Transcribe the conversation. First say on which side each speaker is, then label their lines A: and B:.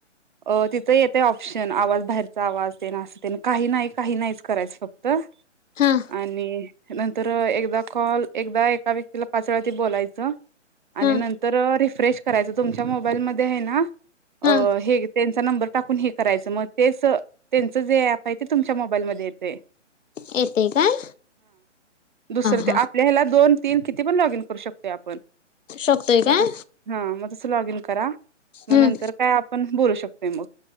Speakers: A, on the right; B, on the left.
A: अ तिथ येतय ऑप्शन आवाज बाहेरचा आवाज तेन अस तेन काही नाही, काही नाहीच करायचं फक्त.
B: हा
A: आणि नंतर एकदा कॉल एकदा एका व्यक्तीला पाच वेळा ते बोलायचं. आणि
B: हा
A: नंतर रिफ फ्रेश करायच तुमच्या मोबाईलमध्ये हाय ना, अं
B: हा
A: हे त्यांचा नंबर टाकून हे करायचं मग तेच त्यांच जे ऍप आहे ते तुमच्या मोबाईलमध्ये येतंय.
B: येतय काय?
A: दुसरं
B: हा.
A: आपल्या हेला दोन तीन किती पण लॉगइन करू शकतोय आपण
B: शकतोय
A: मग
B: काय?
A: तस हा मग तसं लॉग इन करा. म
B: हम्म
A: नंतर काय आपण बोलू शक <unintelligible>